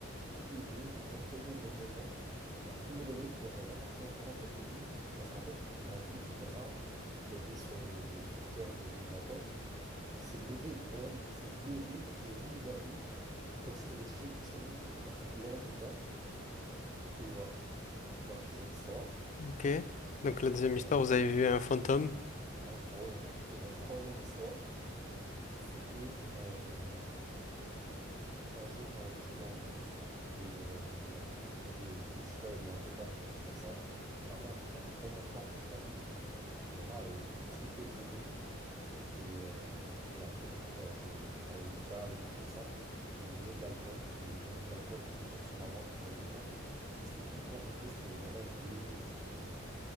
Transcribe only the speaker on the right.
tous les deux, exactement au même moment, on a hurlé et on est reparti en courant de l'autre côté parce qu'en fait, on a vu le drap qu'il y avait sur le, le scooter de, de ma pote qui s'est levé vraiment, mais qui s'est levé et qui est venu vers nous comme s'il allait se jeter sur nous, tu vois, un truc blanc en tout cas. Et voilà, voilà deuxième histoire.
Et
là,
en gros, ouais. Et la troisième histoire, c'est que euh, Un jour, euh, j'étais dans le bus et euh, il y avait, je sais pas, il y avait un dodan ou quelque chose comme ça. Et ma main s'était tapée tellement fort contre la vitre que vraiment elle avait triplé de volume. Et, euh, et après, du coup, bah, je, j'étais allé à l'hôpital et tout pour ça. Il m'avait donné de l'alcool. Il- Je devais mettre de l'alcool tous les jours sur ma main pour que ça se dégonfle. Mais c'était hyper gonflé, c'était vraiment bleu, c'était trop bizarre.